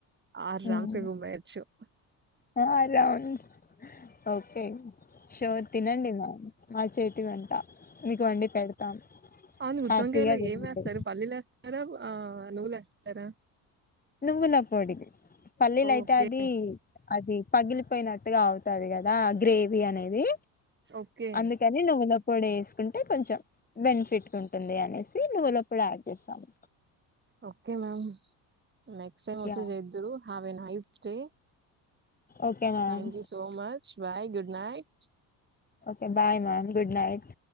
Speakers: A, on the right; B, on the left.
A: ఆ రామ్సు
B: మ్మ్.
A: గుమ్మెయచ్చు హ్
B: ఆ, రౌండ్స్ ఓకే షోర్ తినండి, మామ్ మా చేతి వంట మీకు వండి పెడతాం.
A: అవును ఉద్ధం
B: హ్యాపీగా
A: కాయలో
B: తినండి
A: ఏం వేస్తారు పల్లీలు వేస్త్ తారా ఆ నువ్వులు వేస్తారా
B: నువ్వుల పొడిది పల్లీల్
A: ఓకే
B: అయితే అది అది పగిలిపోయినట్టుగా అవుతది కదా గ్రేవీ అనేది
A: ఓకే
B: అందుకని నువ్వుల ప్ పొడి వేసుకుంటే కొంచెం బెనిఫిట్గా ఉంటుంది. అనేసి నువ్వుల పొడి యాడ్ చేస్తాము.
A: Okay ma'am next time వచ్చి
B: yeah
A: చేద్దురు have a nice stay
B: okay ma'am
A: thank you so much bye good night
B: okay bye ma'am good night